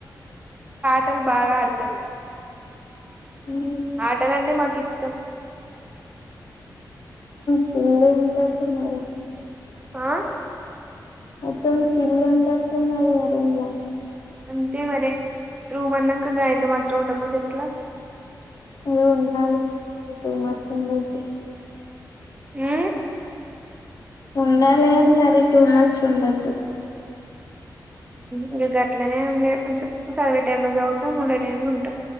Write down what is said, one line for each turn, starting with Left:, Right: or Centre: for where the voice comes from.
Right: మల్ బాగా ఆడతారు
Left: ఉ
Right: ఆటలంటే మాకు ఇష్టం
Left: చింద ఉంటాన్నారు
Right: ఆ
Left: మొత్తం చిల్ వుంటంట ఉంది కదా రూమ్లో
Right: అంతే మర రూమన్నాక గాయంత మాత్రం ఉండపోతే ఎట్లా
Left: ఏది ఉండాలిని మది టూ మచ్చ ఉండదు
Right: ఆ
Left: ఉండాలిగాని మరి టూ మర్చ్ి ఉండద్దు
Right: ఇంక గట్లనే కొంచెం చదివే టై లో చదువుతాం ఉండే టైమ్ లో ఉంటాం